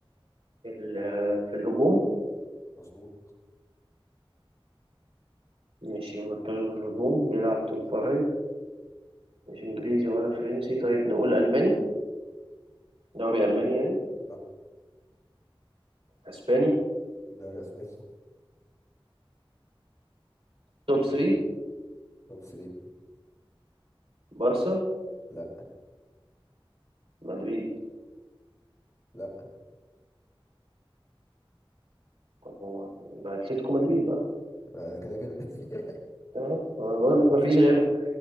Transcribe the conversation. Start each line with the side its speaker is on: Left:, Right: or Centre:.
Right: في ال- آه، في الهجوم
Left: مظبوط
Right: ماشي مركزه في الهجوم بيلعب توب فايف مش إنجليزي ولا فرنسي طيب نقول ألماني دوري
Left: لا
Right: ألماني يعني
Left: لا
Right: أسباني
Left: دوري اسباني <laughs>
Right: توب 3
Left: توب 3
Right: بارسا
Left: لا
Right: مدريد
Left: لا
Right: طب هو يبقى اتلتيكو مدريد بقى
Left: انا كده كده <laughs>
Right: اه أنا بقول لك مفيش غيرها